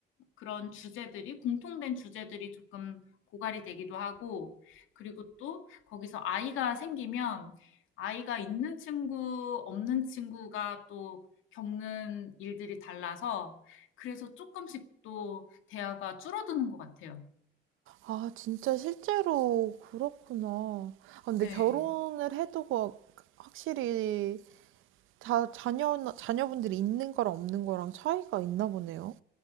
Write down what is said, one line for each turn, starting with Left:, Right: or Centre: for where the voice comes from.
Left: 그런 주제들이, 공통된 주제들이 조금 고갈이 되기도 하고, 그리고 또 거기서 아이가 생기면 아이가 있는 친구, 없는 친구가 또 겪는 일들이 달라서 그래서 조금씩 또 대화가 줄어드는 것 같아요.
Right: 아, 진짜 실제로 그렇구나. 아, 근데
Left: 네.
Right: 결혼을 해도 그- 확실히 자, 자녀, 자녀분들이 있는 거랑 없는 거랑 차이가 있나 보네요.